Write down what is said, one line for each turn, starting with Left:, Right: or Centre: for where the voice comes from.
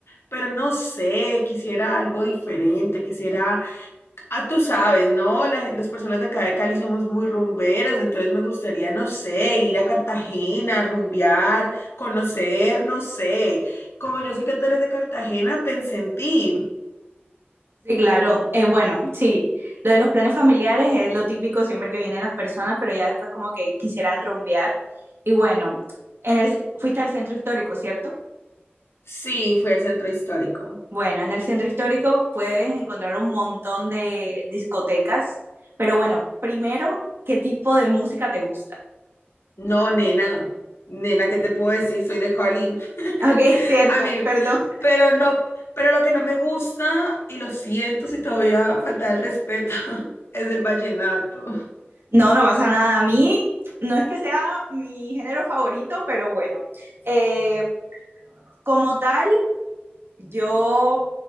Left: pero no sé, quisiera algo diferente, quisiera Ah, tú sabes, ¿no? La gen- las personas de acá de Cali somos muy rumberas, entonces me gustaría, no sé, ir a Cartagena, rumbear, conocer, no sé. Como yo sé que tú eres de Cartagena, pensé en ti.
Right: Sí, claro. Eh, bueno, sí, lo de los planes familiares es lo típico siempre que vienen las personas, pero ya después como que quisieran rumbear. Y bueno, en el, fuiste al centro histórico, ¿cierto?
Left: Sí, fui al centro histórico.
Right: Bueno, en el centro histórico puedes encontrar un montón de discotecas, pero bueno, primero, ¿qué tipo de música te gusta?
Left: No, nena, nena, ¿qué te puedo decir? Soy de Cali. <laughs>
Right: Ok, <laughs> cierto,
Left: A mí,
Right: perdón.
Left: pero no, pero lo que no me gusta, y lo siento si todavía falta el respeto, <laughs> es el vallenato.
Right: No, no pasa nada. A mí no es que sea mi género favorito, pero bueno, eh, como tal, yo,